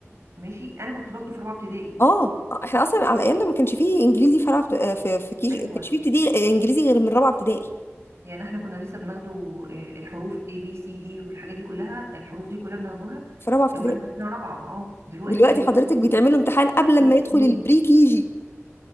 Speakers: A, on the right (about 65°); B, on the left (about 55°).
A: ماشي انا كنت باخده في رابعه ابتدائي
B: اه احنا اصلا على ايامنا ما كانش فيه انجليزي في رابعة- في في كيجي
A: ايوه
B: ما كانش فيه ابتدائي انجليزي غير من رابعه ابتدائي
A: يعني احنا كنا لسه بناخده آه، الحروف A B C D والحاجات دي كلها الحروف دي كلها بناخدوها
B: في رابعه ابتدائي
A: واحنا في سنه رابعه اه دلوقتي
B: دلوقتي
A: اللي
B: حضرتك
A: في كيجي
B: بيتعمل له امتحان قبل
A: ثلاث
B: ما يدخل
A: سنين
B: البري كيجي